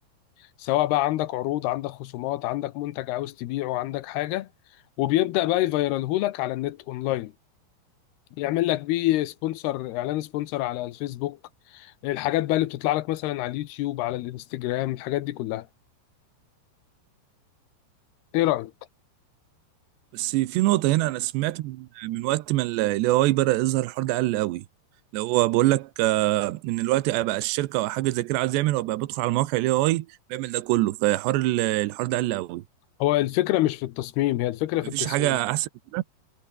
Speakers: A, on the left; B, on the right.
A: سواء بقى عندك عروض عندك خصومات عندك منتج عاوز تبيعه عندك حاجه وبيبدأ بقى يفيرالهولك على النت اونلاين يعمل لك بيه سبونسر اعلان سبونسر على الفيسبوك الحاجات بقى اللي بتطلع لك مثلا على اليوتيوب على الانستجرام الحاجات دي كلها ايه رأيك
B: بس في نقطة هنا أنا سمعت من من وقت ما ال AI بدأ يظهر الحوار ده قل قوي اللي هو بقول لك آه، إن الوقت بقى الشركة أو حاجة زي كده عايز يعمل وبقى بدخل على مواقع ال AI بيعمل ده كله فحوار ال- الحوار ده قل قوي
A: هو الفكرة مش في التصميم هي الفكرة في
B: مفيش
A: التسويق
B: حاجة أحسن من كده